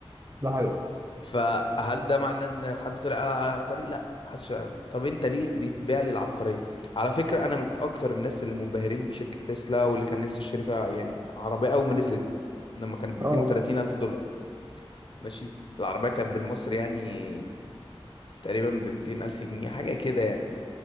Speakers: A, on the right (about 30°); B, on the left (about 60°).
A: ده حقيقي
B: فهل ده معناه ان حد طلع قال على عبقري لا محدش قال. طب انت ليه بتبيع لي العبقريه على فكره انا من اكتر الناس اللي منبهرين بشركه تسلا واللي كان نفسي اشتري فيها يعني عربيه اول ما نزلت لما كانت ب
A: اه
B: 32 الف دولار ماشي العربية كانت بالمصري يعني تقريبا ب 200 الف جنيه حاجه كده يعني